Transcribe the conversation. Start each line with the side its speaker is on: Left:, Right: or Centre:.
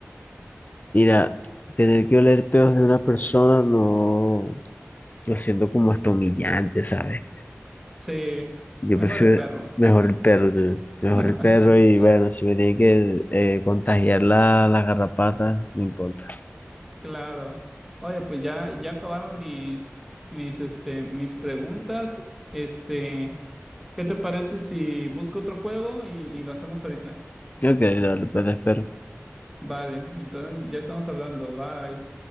Left: Mira, tener que oler pedos de una persona no lo siento como hasta humillante, ¿sabes?
Centre: Sí,
Left: Yo
Centre: mejor
Left: prefiero
Centre: el perro.
Left: mejor el perro, dude.
Centre: <laughs>
Left: Mejor el perro y bueno, si me tienen que eh, contagiar la, las garrapatas, no importa.
Centre: Claro. Oye, pues ya, ya acabaron mis, mis, este, mis preguntas. Este, ¿qué te parece si busco otro juego y, y lo hacemos ahorita?
Left: Ok, dale, pues te espero.
Centre: Vale, entonces ya estamos hablando. Bye.